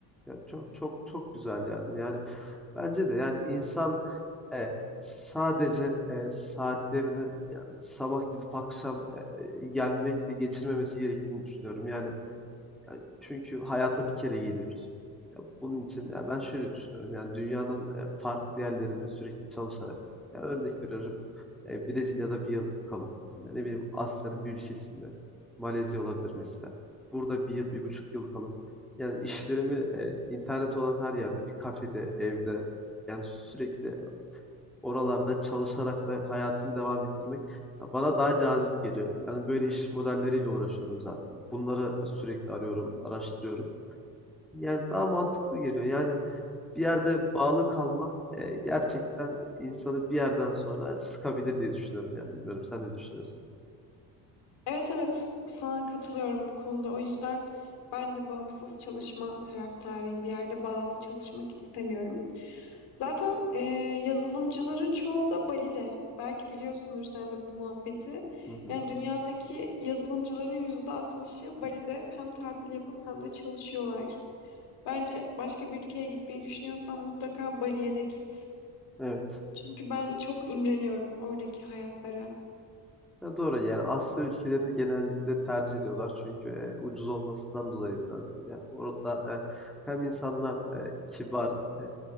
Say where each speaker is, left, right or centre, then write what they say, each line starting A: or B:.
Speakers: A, in the centre; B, on the left.
A: Yani çok çok çok güzel yani. Yani bence de yani insan e, sadece e, saatlerini yani sabah gidip akşam e, gelmekle geçirmemesi gerektiğini düşünüyorum. Yani Yani çünkü hayata bir kere geliyoruz. Ya bunun için ya ben şöyle düşünüyorum. Yani dünyanın e, farklı yerlerinde sürekli çalışarak ya örnek veriyorum. e, Brezilya'da bir yıl kalıp ya ne bileyim Asya'nın bir ülkesinde Malezya olabilir mesela. Burada bir yıl, bir buçuk yıl kalıp yani işlerimi e, internet olan her yerde bir kafede, evde yani sürekli oralarda çalışarak da hayatını devam ettirmek ya bana daha cazip geliyor. Yani böyle iş modelleriyle uğraşıyorum zaten. Bunları sürekli arıyorum, araştırıyorum. Yani daha mantıklı geliyor. Yani bir yerde bağlı kalmak e, gerçekten insanı bir yerden sonra sıkabilir diye düşünüyorum yani. Bilmiyorum sen ne düşünüyorsun?
B: Evet evet sana katılıyorum bu konuda. O yüzden ben de bağımsız çalışma taraftarıyım. Bir yerde bağlı çalışmak istemiyorum. Zaten e, yazılımcıların çoğu da Bali'de. Belki biliyorsundur sen de bu muhabbeti.
A: Hı hı.
B: Yani dünyadaki yazılımcıların %60'ı Bali'de hem tatil yapıp hem de çalışıyorlar. Bence başka bir ülkeye gitmeyi düşünüyorsan mutlaka Bali'ye de git.
A: Evet.
B: Çünkü ben çok imreniyorum oradaki hayatlara.
A: Ya doğru yani Asya ülkelerini genellikle tercih ediyorlar çünkü e, ucuz olmasından dolayı biraz. Yani orada e, hem insanlar e, kibar, e,